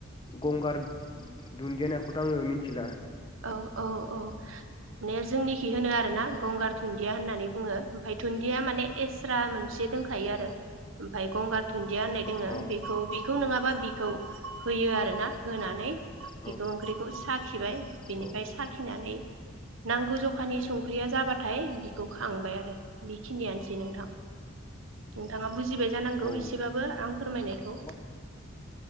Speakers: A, on the left; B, on the right.
A: गंगार दुन्दियाना खौथ' आङो मिथिला।
B: औ औ औ मे जोंनि खि होनो आरो ना गंगार दुन्दिया होननानै बुङो ओमफ्राय दुन्दिया माने एस्रा मोनसे दंखायो आरो ओमफ्राय गंगार दुन्दिया होननाय दोङो
A: अ
B: बेखौ बेखौ नङाबा बिखौ होयो आरो ना होनानै
A: औ
B: बिखौ ओंख्रिखौ साखिबाय। बिनिफ्राय
A: औ
B: साखिनानै नांगौ जखानि संख्रिया जाबाथाय बिखौ खांबाय आरो बेखिनियानोसै नोंथां। नोंथाङा बुजिबाय जानांगौ
A: औ
B: इसेबाबो आं फोरमायनायखौ
A: औ